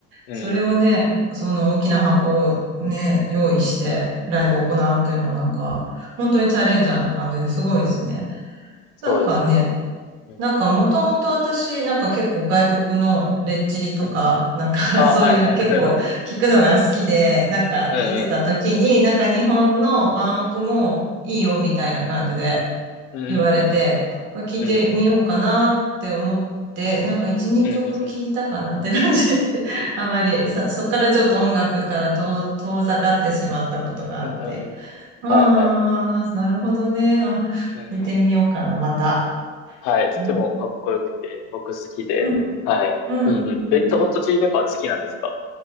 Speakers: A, on the left; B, on the right.
A: うんうんうん。
B: それをね、その大きな箱をね、用意してライブを行うっていうのはなんか、本当にチャレンジャーな感じですごいですね。
A: そうですね。
B: なんかね、
A: うん。
B: なんかもともと私、なんか結構外国のレッチリとか、
A: うん。
B: なんか <laughs>
A: ああ、
B: そういう結構聞くのが好きで、
A: はいはい。<laughs>
B: なんか聞いてた時に、
A: うんうんうん。
B: なんか日本のワンオクもいいよみたいな感じで
A: うんうんうん
B: 言われて、まあ聞いてみようかなって思って、
A: うん。うんうんうん。
B: なんか1、2曲聞いたかなって感じで、
A: うんうんうん。うん
B: <laughs> あまりそ、そっからちょっと音楽から遠、遠ざかってしまったことがあって。
A: うんうん。
B: ああ、
A: はいはいはい。
B: なるほどね。あ、
A: うんうんうん。
B: 聞いてみようかな、また。
A: はい。とてもかっこよくて、
B: うん
A: 僕好きで。
B: うん
A: はい。
B: うんうんうん。
A: うんうん。レッドホットチリペッパーズ好きなんですか